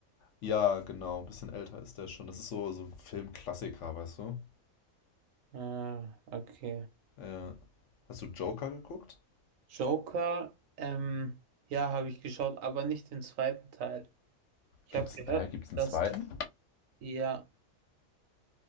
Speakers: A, on the left; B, on the right.
A: ja, genau. Ein bisschen älter ist der schon. Das ist so, so ein Filmklassiker, weißt du?
B: Ah, okay.
A: Äh, hast du Joker geguckt?
B: Joker, ähm, ja, habe ich geschaut, aber nicht den zweiten Teil. Ich
A: Gibt's,
B: habe gehört,
A: äh, gibt's einen
B: dass,
A: zweiten?
B: ja,